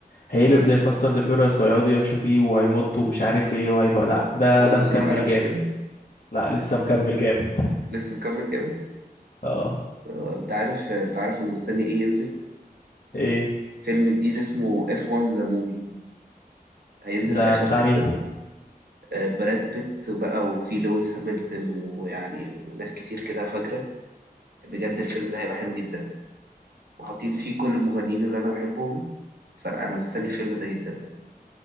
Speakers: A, on the left; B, on the right.
A: هيقلب
B: آه
A: زي فاست اند فيوريوس ويقعدوا يحشوا فيه وهيمطوا ومش عارف ايه وهيبقى لا
B: هو
A: ده
B: هو
A: ده
B: لسه
A: مكمل
B: ما قلبش
A: جامد
B: كده
A: لا لسه مكمل جامد
B: لسه مكمل جامد
A: اه
B: آه أنت عارف أنت عارف أنا مستني إيه ينزل
A: ايه
B: فيلم جديد اسمه F1 The Movie هينزل
A: ده
B: في آخر
A: بتاع
B: ستة
A: مين
B: آه، براد بيت بقى وفي لويس هامilton ويعني وناس كتير كده فجرة بجد الفيلم ده هيبقى حلو جدا وحاطين فيه كل المغنيين اللي أنا بحبهم فأنا أنا مستني الفيلم ده جدا